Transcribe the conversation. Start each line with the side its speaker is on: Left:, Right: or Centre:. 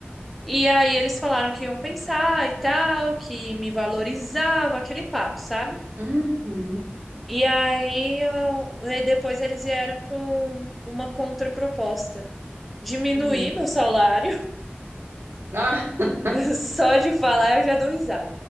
Centre: e aí eles falaram que iam pensar e tal, que me valorizava, aquele papo, sabe?
Right: Uhum.
Centre: E aí eu- e depois eles vieram com uma contraproposta. diminuir
Right: Uhum.
Centre: meu salário.
Right: Ah,
Centre: <laughs> Só de falar eu já dou risada.